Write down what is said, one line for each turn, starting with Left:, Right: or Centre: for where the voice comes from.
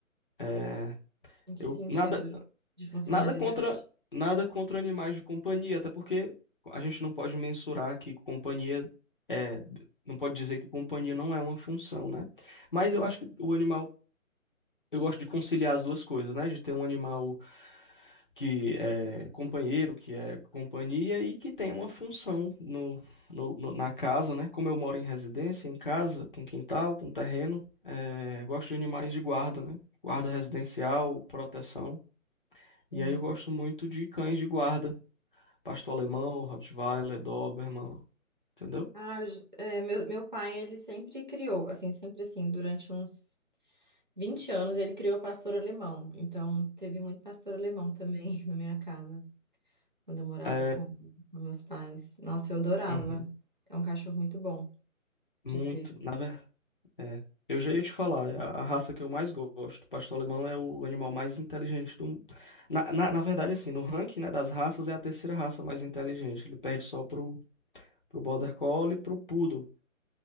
Left: É,
Right: Em que
Left: eu
Right: sentido
Left: nada
Right: de funcionalidade?
Left: Nada contra, nada contra animais de companhia, até porque a gente não pode mensurar que companhia é, não pode dizer que companhia não é uma função, né? Mas
Right: Hum.
Left: eu acho que o animal, eu gosto de conciliar as duas coisas, né? De ter um animal que é companheiro, que é companhia e que tem uma função no, no- no- na casa, né? Como eu moro em residência, em casa, com quintal, com terreno, é, gosto de animais de guarda, né? Guarda residencial, proteção. E
Right: hum.
Left: aí eu gosto muito de cães de guarda, pastor alemão, Rottweiler, Doberman, entendeu?
Right: Ah, eu j- é, meu, meu pai, ele sempre criou, assim, sempre assim, durante uns 20 anos, ele criou pastor alemão. Então, teve muito pastor alemão também <laughs> na minha casa, quando eu morava
Left: É,
Right: com, com meus pais. Nossa, eu adorava.
Left: uhum,
Right: É um cachorro muito bom
Left: muito,
Right: de ter.
Left: na verdade, é. Eu já ia te falar, é a, a raça que eu mais gosto, pastor alemão é o animal mais inteligente do mundo. Na, na, na verdade, assim, no ranking, né, das raças, é a terceira raça mais inteligente. Ele perde só pro, pro Border Collie e pro Poodle.